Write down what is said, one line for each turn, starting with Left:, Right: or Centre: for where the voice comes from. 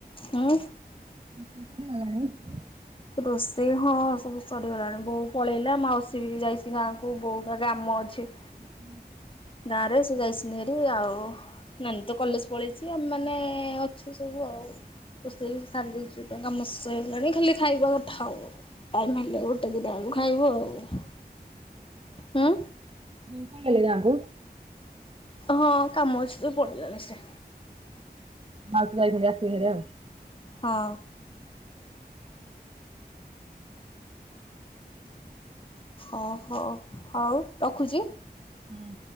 Left: ହୁଁ।
Right: <unintelligible>
Left: ରୋଷେଇ ହଁ ସବୁ ସରିଗଲାଣି ବୋଉ ପଳେଇଲା ମାଉସୀ ବି ଯାଇଚି ଗାଁକୁ ବୋଉ ଗା କାମ ଅଛି।
Right: <inaudible>
Left: ଗାଁ ରେ ସେ ଯାଇଚନ୍ତି ହାରି ଆଉ ନାନୀ ତ କଲେଜ ପଳେଇଛି ଆମେ ମାନେ ଅ ଅଛୁ ସବୁ ଆଉ। ରୋଷେଇ ସାରି ଦେଇଚି ତ କାମ ସଇଲାଣି ଖାଲି ଖାଇବା କଥା ଆଉ, ଆଉ ନ ହେଲେ ଆଉ ଦି ଟାଳୁ ଖାଇବୁ ଆଉ। ହୁଁ।
Right: ବୋଉ ପଳେଇଲେ ଗାଁ କୁ।
Left: ହଁ କାମ ଅଛି ତ ପଳେଇଗଲେ ସେ।
Right: ମାଉସୀ ଯାଇଚନ୍ତି ଆସିବେ ହାରି ଆଉ।
Left: ହଁ। ଓ ହୋ ହଉ ରଖୁଚି।
Right: ହଁ।